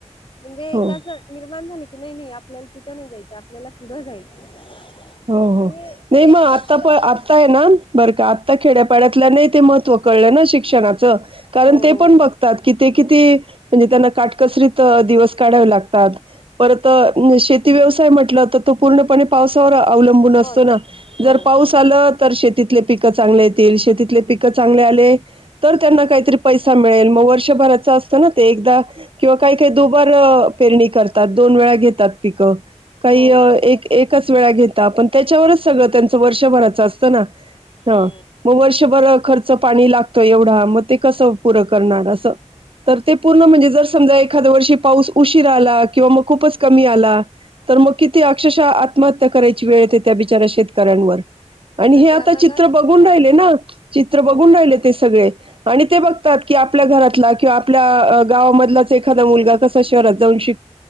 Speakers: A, on the left; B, on the right.
A: म्हणजे
B: हो
A: कसं निर्माण झालं की नाही नाही आपल्याला तिथं नाही जायचं आपल्याला पुढं जायचं
B: हो हो
A: हे
B: नाही मग
A: एक
B: आता
A: फक्त
B: पण आहे ना बरं का आता खेड्यापाड्यातल्या नाही ते महत्व कळलं ना शिक्षणाात कारण
A: हो
B: ते
A: हो
B: पण बघतात कि ते किती म्हणजे त्यांना काटकसरीत दिवस काढावे लागतात परत शेती व्यवसाय म्हटलं तर तो पूर्णपणे पावस अवलंबून असतो
A: बस
B: ना
A: हो
B: जर पाऊस आला तर शेतीले पिक चांगले आहेत शेती पिक चांगले आले तर त्यांना काहीतरी पै मिळेल मग वर्षभरा ना ते एकदा किंवा काही काही दुबार पेरणी करतात दोन वेळा घेतात पिकं काही
A: हो
B: एकच वे घे पण त्याच्यावरच सगळं त्यांच वर्षभराचं असतं ना
A: हो
B: हा मग वर्षभर खर्च पाणी लागतं एवढा मग ते कसं पुरं करणार असं तर ते पूर्ण म्हणजे जर समजा एखाद्या वर्षी पाऊस उशीर आला किंवा मग खूपच कमी आला तर मग किती अक्षशः आत्महत्या करायची वेळ येते त्या बिचाऱ्या शेतकऱ्यांवर आणि
A: सध्या
B: हे आता
A: बघा
B: चित्र बघून राहिले ना चित्र
A: हो
B: बघून राहिले ते सगळे आणि ते बघतात की आपल्या घरातला किंवा आपल्या गावामधलाच एखादा मुलगा क जा श